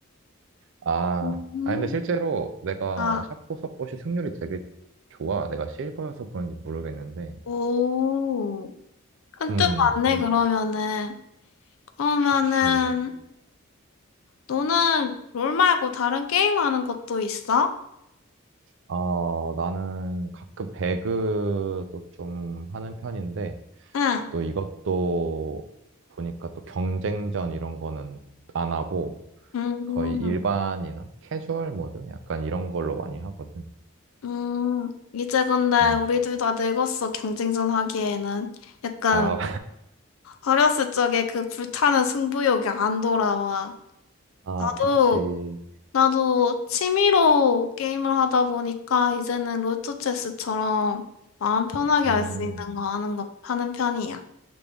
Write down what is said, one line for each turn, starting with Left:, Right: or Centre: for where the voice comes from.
Right: 아,
Left: 음,
Right: 아 근데 실제로 내가
Left: 아,
Right: 샤코 서폿이 승률이 되게 좋아. 내가 실버여서 그런지 모르겠는데.
Left: 오. 큰
Right: 음,
Left: 뜻 맞네,
Right: 그래,
Left: 그러면은. 그러면은,
Right: 그치.
Left: 너는 롤 말고 다른 게임 하는 것도 있어?
Right: 아, 나는 가끔 배그도 좀 하는 편인데,
Left: 응.
Right: 또 이것도 보니까 또 경쟁전 이런 거는 안 하고,
Left: 음,
Right: 거의 일반이나 캐주얼 모드? 약간 이런 걸로 많이 하거든.
Left: 음, 이제 근데
Right: 음.
Left: 우리 둘 다 늙었어, 경쟁전 하기에는. 약간
Right: 아,
Left: 어렸을 적에 그 불타는 승부욕이 안 돌아와.
Right: 아,
Left: 나도,
Right: 그치.
Left: 나도 취미로 게임을 하다 보니까 이제는 롤토체스처럼 마음 편하게
Right: 음,
Left: 할 수 있는 거 하는 거, 하는 편이야.